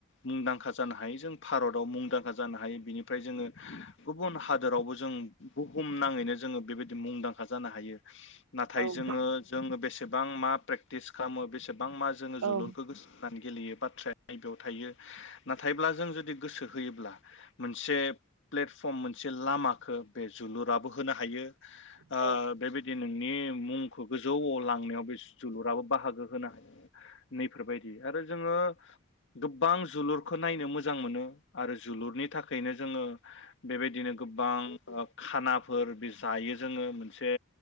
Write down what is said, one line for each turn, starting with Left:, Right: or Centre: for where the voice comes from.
Left: मुंदांखा जानो हायो। जों भारतआव मुंदांखा जानो हायो बिनिफ्राय जोङो गुबुन हादोरावबो जों बुहुम नाङैनो जोङो बेबायदि मुंदांखा जानो हायो। नाथाय
Right: औ
Left: जोङो जोङो बेसेबां मा प्रेक तिस खामो बेसेबां मास जोङो जोलुरखो
Right: औ
Left: गोस होना गेलेयो बाथ्राया नै बेयाव थायो नाथायब्ला जों जुदि गोसो होयोब्ला मोनसे प्लेटफर्म मोनसे लामाखो बे जोलुराबो होनो हायो। ओ
Right: नंगौ औ
Left: बेबायदि नोंनि मुंखो गोजौआव लांनायाव बे जोलुराबो बाहागो होनो हायो। नैफोरबायदि आरो जोङो गोबां जोलुरखो नायनो मोजां मोनो आरो जोलुरनि थाखायनो जोङो बेबायदिनो गोबां ओब खानाफोर बे जायो जोङो मोनसे